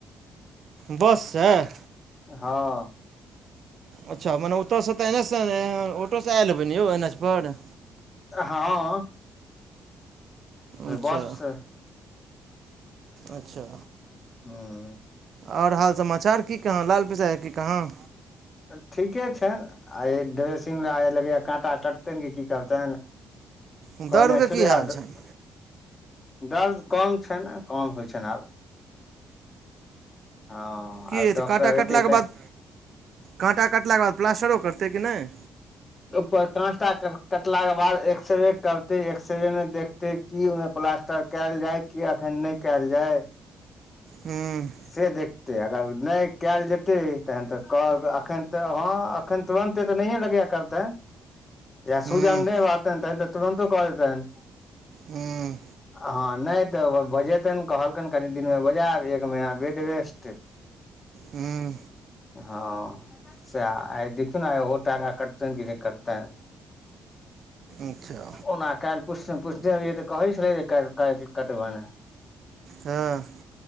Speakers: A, on the right; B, on the left.
A: बस स?
B: हं।
A: अच्छा, मने ओतऽ से तऽ एन एस से न अं ओटो से आयल हेबै ने यौ एनएच पर?
B: हं।
A: अच्छा,
B: बस से
A: अच्छा।
B: हं
A: आओर हाल समाचार की कहाँ, लाल पिसा की कहाँ?
B: ठीके छैन। आय ड्रेसिंग ल लगैय काँटा कटतनि कि की करतनि?
A: दर्दके
B: कहने छलियै
A: की हाल
B: आब
A: छनि
B: दे दर्द कम छैन, कम होइ छैन आब। हँ।
A: की
B: आब
A: हेतै
B: डॉक्टर
A: काँटा कटलाके
B: एतै तऽ
A: बाद? काँटा कटलाके बाद प्लास्टरो करतै कि नय?
B: पर काँटा कटला के बाद एक्सरे करतै,, एक्सरे में देखतै की ओहिमे प्लास्टर कयल जाय कि एखन नय कयल जाय।
A: हूँ।
B: से देखतै। अगर नहि कयल जेतै तखन तऽ कहब, एखन तऽ हँ एखन तुरन्ते तऽ नहिये लगैये करतैन। जहिया
A: हूँ
B: सुजन नै रहतैन तखैन ते तुरंतो कऽ देतैन।
A: हुं।
B: हँ, नहि तऽ बजेतनि। कहलकनि कनि दिनमे बजा लेब, एक महिना बेड रेस्ट <inaudible>
A: हुं।
B: हँ सै। आइ देखियौ ने आइओ टाका कटतनि कि नहि कटतैन।
A: अच्छा
B: ओना काल्हि कोश्चन पुछने रहियै तऽ कहै छलै जे काल्हि कटबनि।
A: हँ।